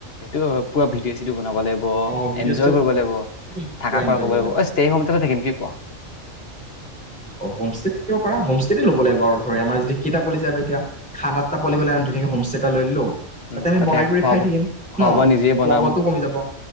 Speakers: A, on the left; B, in the centre.
A: এইটো পৰা ভিডিঅ' চিডিঅ বনাব লাগিব
B: অ ভিডিঅ'
A: এনজয়
B: চিডিঅ'
A: কৰিব লাগিব
B: তুমি
A: থাক
B: পুৰা এনজয়
A: খুৰা কব
B: কৰিব
A: লাগিব অ ষ্টে হোম ততে থাকিম কি কোৱা
B: অ হোমষ্টে থাকিব পাৰা হোমষ্টেতে ল'ব লাগিব আৰু ধৰি আমাৰ যদি কেইটা পি য বা এতিয়া খান আট্টা পলিবলৈ আ ধুনাকে হোমষ্টে এটা লৈ লও <unintelligible>
A: উম
B: তাতে আমি বনাই কৰি
A: খোৱা
B: খাই
A: বোৱা
B: থাকিম
A: খোৱা
B: ন
A: বোৱা নিজে
B: খোৱা
A: বনাম
B: বোৱাটো কমি যাব